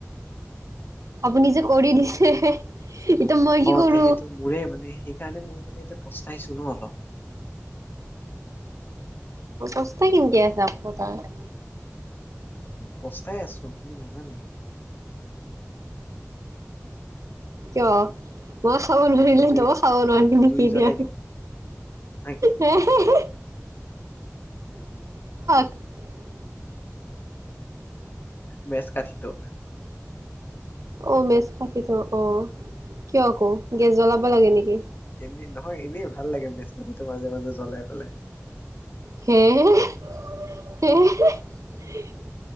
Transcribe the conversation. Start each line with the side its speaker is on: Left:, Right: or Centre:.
Right: আপুনি যে কৰি দিছে। এতিয়া মই কি
Left: অ
Right: কৰো
Left: সেইটো মোৰে মানে, সেইকাৰণে মোৰ মানে পস্তাইছো ন অলপ।
Right: দশটা কিনি দিয়া, যাম বজাৰলে।
Left: পস্তাই আছো আপুনি নাজানে?
Right: কিয় ম খাব নোৱাৰিলে
Left: জুই
Right: তইয়ো খাব নোৱাৰিবি নেকি
Left: জুই
Right: এতিয়া?
Left: জ্বলাই দিওঁ হা কি
Right: হাঁ! হাঁ! <unintelligible>
Left: মেচ কাঠিটো।
Right: অ মেচ কাঠিটো অ! কিয় আকৌ, গেছ জ্বলাব লাগে নেকি?
Left: এনেই নহয় এনেই ভাল লাগে ৰাতিটো মাজে মাজে জ্বলাই পেলাই!
Right: হেঁ! হেঁ! হেঁ!